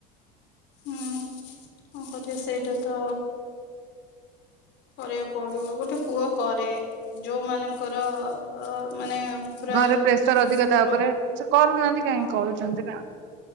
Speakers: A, on the left; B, on the right.
A: ହୁଁ କଣ କି ସେଇଟା ତ କରିବାକୁ ପଡିବ ଗୋଟେ ପୁଅ କରେ ଯୋଉ ମାନଙ୍କର ଅ ମାନେ ପୁରା
B: ଘରେ ପ୍ରେସର ଅଧିକ ତା
A: ଲୋ
B: ଉପରେ ସେ କରୁନାହାନ୍ତି କାହିଁକି
A: ହଁ
B: କରୁଛନ୍ତି ନା